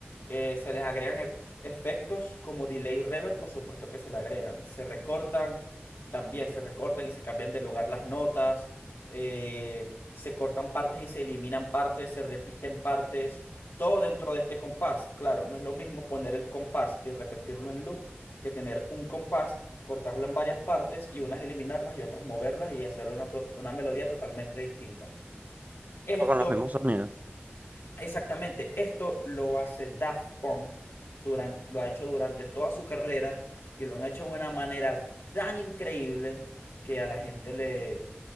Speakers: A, on the left; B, on the right.
A: Eh, se les agregan e- efectos como delay reverb, por supuesto que se le agregan. Se recortan también se recortan y se cambian de lugar las notas, eh, se cortan partes y se eliminan partes, se repiten partes, todo dentro de este compás. Claro, no es lo mismo poner el compás y repetirlo en loop que tener un compás, cortarlo en varias partes y unas eliminarlas y otras moverlas y hacer una, to- una melodía totalmente distinta. Esto
B: con los mismos sonidos.
A: Exactamente, esto lo hace Daft Punk, durante, lo ha hecho durante toda su carrera y lo han hecho de una manera tan increíble que a la gente le,